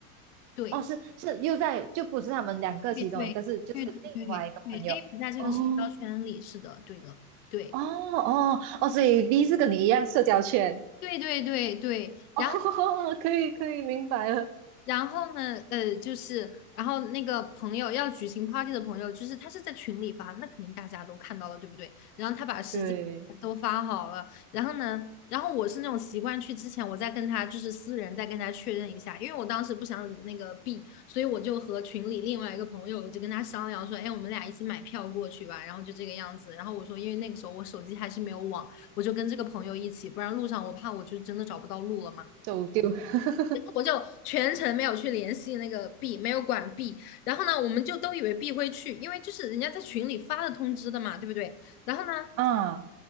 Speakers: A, on the left; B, on the right.
A: 对，
B: 哦，是是又在就不是他们两个其中一个是就是另外一个朋友。
A: 对对对对对对对 a 不在这个社交圈里，
B: 哦
A: 是的，对的，对
B: 哦哦哦，所以 B 是跟你一样社交圈。
A: 对对对对。
B: <laughs>
A: 然后。
B: 哦，可以可以明白了，
A: 然后呢，呃，就是，然后那个朋友要举行 party 的朋友，就是他是在群里发，那肯定大家都看到了，对不对？然后他把时间都发好了，
B: 对。
A: 然后呢，然后我是那种习惯去之前，我再跟他就是私人再跟他确认一下，因为我当时不想理那个 B，所以我就和群里另外一个朋友，我就跟他商量说，哎，我们俩一起买票过去吧，然后就这个样子。然后我说，因为那个时候我手机还是没有网，我就跟这个朋友一起，不然路上我怕我就真的找不到路了嘛。
B: 走丢。<laughs>
A: 我就全程没有去联系那个 B，没有管 B。然后呢，我们就都以为 B 会去，因为就是人家在群里发了通知的嘛，对不对？然后呢，
B: 啊。